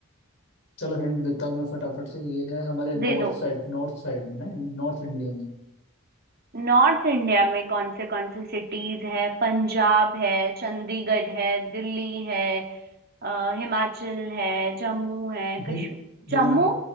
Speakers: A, on the left (about 55°); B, on the right (about 45°).
A: चलो हिंट देता हूँ मैं फटाफट से ये है हमारे नॉर्थ
B: दे दो
A: साइड नॉर्थ साइड में ना नॉर्थ इंडिया में
B: नॉर्थ इंडिया में कौन से कौन से सिटीज है पंजाब है चंडीगढ़ है दिल्ली है अ, हिमाचल है जम्मू है
A: हिम
B: कश्मीर
A: हिमा
B: जम्मू